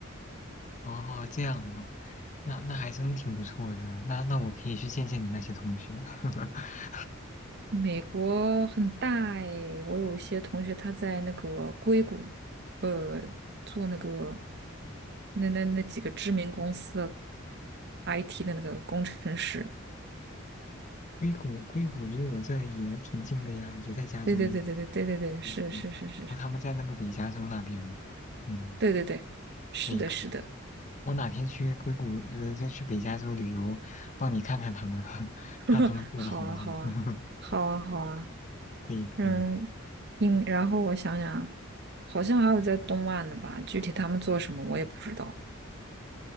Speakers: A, on the left (about 35°); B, on the right (about 55°).
A: 哦，这样啊，那那还真挺不错的。那那我可以去见见你那些同学。<laughs>
B: 美国很大诶，我有一些同学他在那个硅谷，呃，做那个那那那几个知名公司的 IT 的那个工程师。
A: 硅谷，硅谷离我这也挺近的呀，也在加州。
B: 对对对对对对对对，
A: 对呀对呀，
B: 是是是是是，
A: 哦，他们在那个北加州那边嘛。嗯，
B: 对对对，是的，
A: 可以可以。
B: 是的。
A: 我哪天去硅谷，就是就去北加州旅游，帮你看看他们，<laughs>
B: <laughs>
A: 看他们过得好不好。
B: 好啊，好啊，
A: <laughs>
B: 好啊，好啊。
A: 可以可以。
B: 嗯，应，然后我想想，好像还有在东岸的吧，具体他们做什么我也不知道。